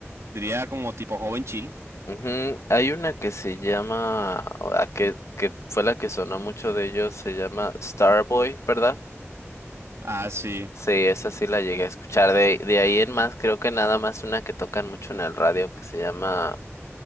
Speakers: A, on the right (about 75°); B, on the left (about 75°).
A: diría como tipo joven chill.
B: Ujú, Hay una que se llama, o la que, que fue la que sonó mucho de ellos, se llama Starboy, ¿verdad?
A: Ah, sí.
B: Sí, esa sí la llegué a escuchar. De, de ahí en más, creo que nada más una que tocan mucho en el radio que se llama,